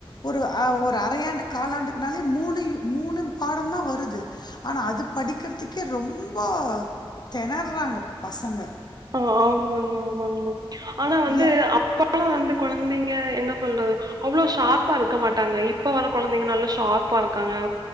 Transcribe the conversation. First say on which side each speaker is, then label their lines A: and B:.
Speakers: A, on the left; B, on the right.
A: ஒரு அ ஒரு அரையாண்டு காலாண்டுக்கனாலே மூணு மூணு பாடந்தா வருது ஆனா அது படிக்கற்திக்கே ரொம்போ தெணற்றாங்க பசங்க
B: ஆ ஆமாங்க ஆமாங்கம்மா ஆனா வந்து
A: ஏ
B: அப்ப ஆனா வந்து குழந்தைங்க என்ன சொல்றது அவ்ளோ ஷார்பா இருக்க மாட்டாங்க இப்ப வர்ர குழந்தைங்க நல்லா ஷார்பா இருக்காங்க